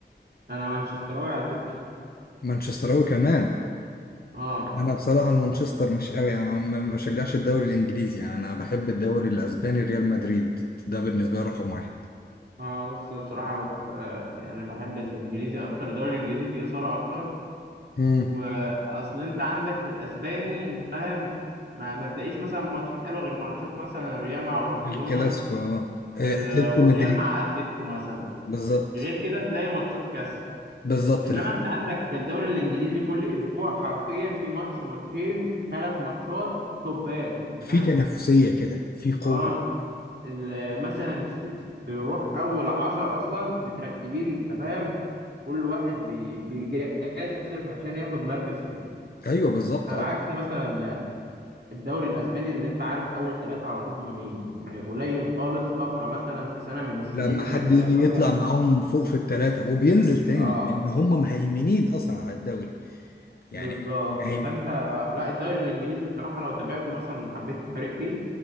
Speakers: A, on the right; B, on the left.
A: أنا مانشستراوي على فكرة
B: مانشستراوي كمان
A: اه
B: أنا بصراحة المانشستر مش قوي يعني ما ما بشجعش الدوري الإنجليزي يعني أنا بحب الدوري الأسباني ريال مدريد ده بالنسبة لي رقم واحد
A: اه بص بصراحة بت... آه، يعني بحب الإنجليزي أكتر الدوري الإنجليزي فيه إثارة أكتر
B: مم.
A: وأصل أنت عندك في الأسباني أنت فاهم ما, ما تلاقيش مثلا ماتشات حلوة غير ماتشات مثلا الريال مع برشلونة
B: الكلاسيكو اه
A: وال...
B: آه، أتلتيكو
A: والريال
B: مدريد
A: مع أتليتيكو مثلا
B: بالظبط
A: غير كده تلاقي ماتشات كاس
B: بالظبط
A: انما انت عندك في الدوري الانجليزي كل اسبوع حرفيا في ماتش ماتشين ثلاث ماتشات توبات انت
B: في
A: فاهم
B: تنافسية كده في قوة
A: اه ال- مثلا ت- تروح اول عشرة اصلا مترتبين انت فاهم كل واحد بي- بيجازف عشان ياخد مركز فيه
B: ايوه بالظبط
A: على
B: اه
A: عكس مثلا الدوري الاسباني اللي انت عارف اول ثلاثة على طول هما مين يعني قليل خالص طفرة مثلا في سنة من السنين
B: لما
A: انك
B: حد
A: تلاقي
B: يجي
A: مثلا
B: يطلع معاهم فوق في الثلاثة وبينزل تاني
A: اه
B: لان هم مهيمنين اصلا على الدوري
A: بالظبط
B: يعني مهيمن
A: فانت لا الدوري الانجليزي بصراحه لو تابعته مثلا وحبيت فريق فيه